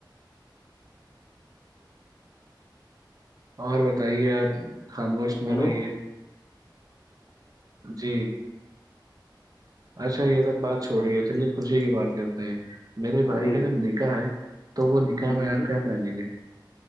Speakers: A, on the right (about 50°); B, on the left (about 55°).
A: اور بتائیے آپ خاموش نہ
B: ہلو
A: رہیے جی اچھا یہ سب بات چھوڑی ہے چ لے خوشی کی بات کرتے ہیں میرے بھائی
B: جی
A: کا جب نکاح ہے تو وہ نکاح
B: جی
A: میں آپ کیا پہنیں گے